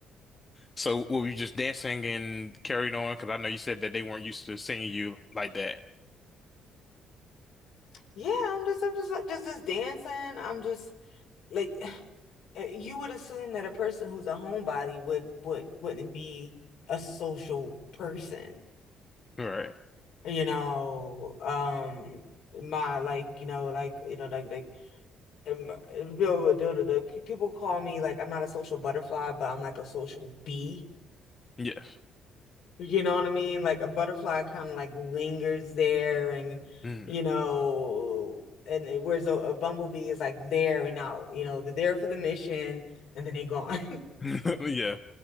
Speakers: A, on the left (about 30°); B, on the left (about 70°).
A: so were you just dancing and carried on? Because I know you said that they weren't used to seeing you like that.
B: Yeah, I'm just, I'm just like, just, just dancing. I'm just like, <laughs> uh, you would assume that a person who's a homebody would would wouldn't be a social person.
A: Right.
B: You know, um, my like you know like you know like like um, you know, the, the, the pe- people call me like I'm not a social butterfly, but I'm like a social bee.
A: Yes.
B: You know what I mean? Like a butterfly kind of like lingers there and
A: Mhm.
B: you know and it- whereas a, a bumblebee is like there and out, you know, they're there for the mission and then they gone.
A: <laughs> Yeah.